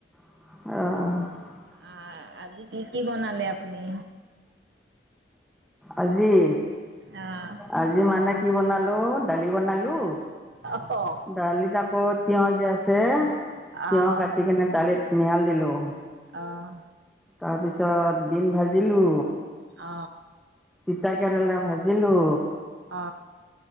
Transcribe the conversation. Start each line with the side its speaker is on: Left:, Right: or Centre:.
Centre: অ
Right: আহ আজি কি কি বনালে আপুনি
Centre: আজি
Right: আহ
Centre: আজি মানে কি বনালো দালি বনালো
Right: অহ
Centre: দালিত আকৌ তিঁয়হ যে আছে
Right: আহ
Centre: তিয়হ কাটি কিনে দালিত মিহল দিলো
Right: আহ
Centre: তাৰপিছত বিন ভাজিলোঁ
Right: অ
Centre: তিতা কেৰেলা ভাজিলো
Right: অ